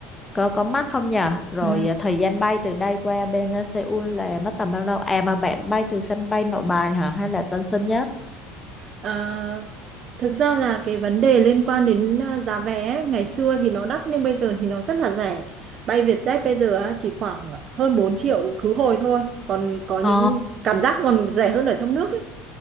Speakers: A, on the left; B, on the right.
A: có có mắc không nhở rồi
B: ừ.
A: à, thời gian bay từ đây qua bên à, Seoul là mất tầm bao lâu à mà bạn bay từ sân bay Nội Bài hả hay là Tân Sơn Nhất
B: À, thực ra là cái vấn đề liên quan đến à, giá vé ấy, ngày xưa thì nó đắt nhưng bây giờ thì nó rất là rẻ bay Vietjet bây giờ á, chỉ khoảng hơn 4 triệu khứ hồi thôi còn có những
A: Ờ,
B: cảm giác còn rẻ hơn ở trong nước ấy